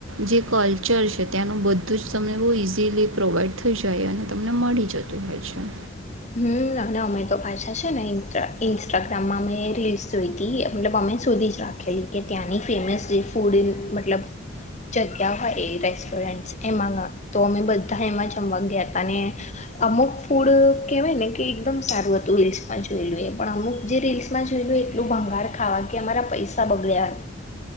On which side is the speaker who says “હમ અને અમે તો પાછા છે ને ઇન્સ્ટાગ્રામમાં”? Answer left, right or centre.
Left